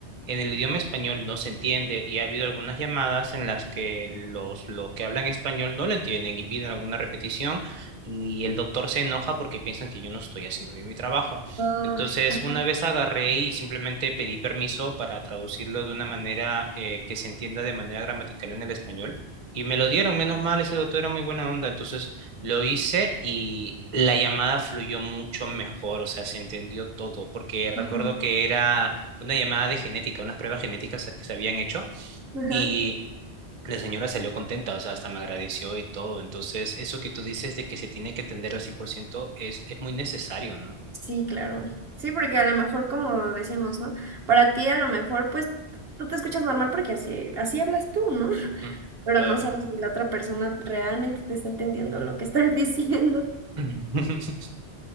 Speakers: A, on the right (about 30°); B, on the right (about 60°).
A: en el idioma español no se entiende y ha habido algunas llamadas en las que los, los que hablan español no lo entienden y piden alguna repetición y el doctor se enoja porque piensan que yo no estoy haciendo bien mi trabajo.
B: ay,
A: Entonces,
B: ajá,
A: una vez agarré y simplemente pedí permiso para traducirlo de una manera eh, que se entienda de manera gramatical en el español. Y me lo dieron, menos mal, ese doctor era muy buena onda, entonces lo hice y la llamada fluyó mucho mejor, o sea, se entendió todo, porque recuerdo
B: ajá,
A: que era una llamada de genética, unas pruebas genéticas que se habían hecho
B: ajá.
A: y la señora salió contenta, o sea, hasta me agradeció y todo. Entonces, eso que tú dices de que se tiene que atender al 100% es, es muy necesario, ¿no?
B: Sí, claro. Sí, porque a lo mejor, como decíamos, ¿no? Para ti a lo mejor, pues, tú te escuchas normal porque así, así hablas tú, ¿no? <laughs>
A: Mm,
B: Pero
A: claro.
B: no sabes si la otra persona realmente te está entendiendo lo que estás <laughs> diciendo.
A: <clears throat> <laughs>